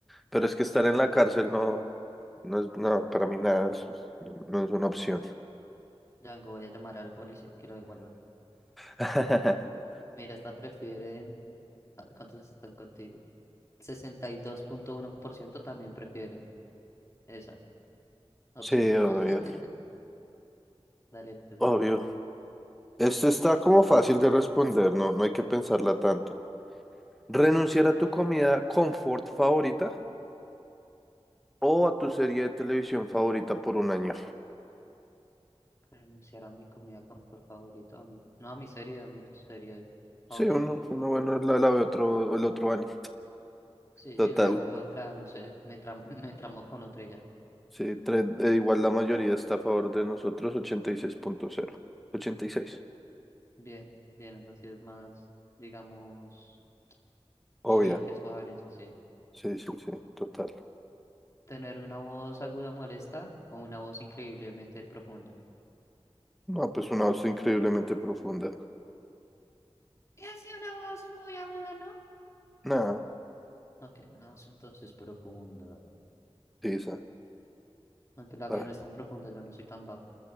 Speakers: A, in the centre; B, on the left.
A: Pero es que estar
B: ¿Qué te
A: en
B: parece?
A: la cárcel no, no es, no, para mí nada, eso es- no no es una opción.
B: Ya vengo, voy a llamar a la policía, que lo devuelvan.
A: <laughs>
B: Mira, esta prefieren, a ver cuántos están contigo. sesenta y dos punto uno por ciento también prefieren esa opción.
A: Sí, obvio,
B: <laughs> Dale, te
A: obvio.
B: toca.
A: Esto está como fácil de responder, no, no hay que pensarla tanto. ¿Renunciar a tu comida confort favorita o a tu serie de televisión favorita por un año?
B: Renunciar a mi comida confort favorita, a mi- no a mi serie, a mi serie favorita.
A: Sí, uno, uno bueno, la, la ve otro, el otro año.
B: Sí,
A: Total,
B: veo otra, no sé, me, tram- <laughs> me tramó con otra y ya.
A: sí, tre- eh, igual la mayoría está a favor de nosotros, ochenta ochenta y seis punto cero, ochenta y seis.
B: Bien, bien, es sí es más, digamos,
A: Obvia,
B: obvia que escojan eso, sí.
A: sí, sí, sí, total.
B: Tener una voz aguda molesta o una voz increíblemente profunda.
A: No, pues una voz increíblemente profunda.
B: Y así una voz muy aguda, ¿no?
A: Nada,
B: Ok, una voz entonces profunda.
A: sí, esa.
B: Aunque la
A: ah.
B: mía no es tan profunda, yo no soy tan bajo.